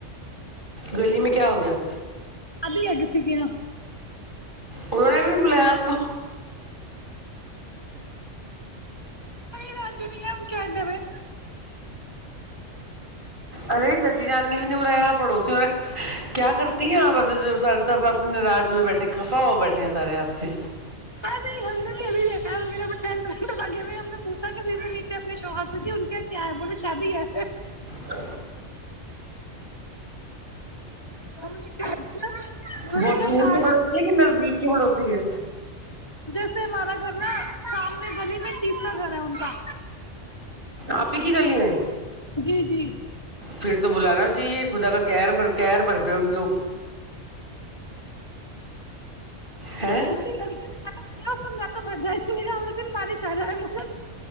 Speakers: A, on the right; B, on the left.
A: گلی میں کیا ہو گیا
B: ابھی اگ س کیایا
A: انہوں نے بھی نہیں بلایا آپ
B: راجی بھی ہے کیا کرے
A: ارے چچی جان نے بلایا پڑوسیوں نے کیا کرتی ہیں مطابب سے ناراج ہوئے بیٹھے خفا ہو بیٹھے سارے آپ سے
B: نہیں ہم نہیں ابھی یرے لگے ہو ہم نے پوچا کہ تے نیچے اپنے شوہا سے کی ان کے کیا ہے بولے شادی ہے
A: تو
B: اور کر
A: بہت
B: وہ تو
A: دور
B: کا
A: کے پڑوسی ہے کہ نزدیک کی پڑوسی ہے
B: جیسے ہمارا نا سامنے گلی میں ٹیسر گھر ہے ان کا
A: آپ ہی کی گلی میں
B: جی جی
A: پھر تو بلاانا جی یہ خدا کار بر پھر ان کے ہے
B: جنی لڑکیوں نے کیا سننا تو ب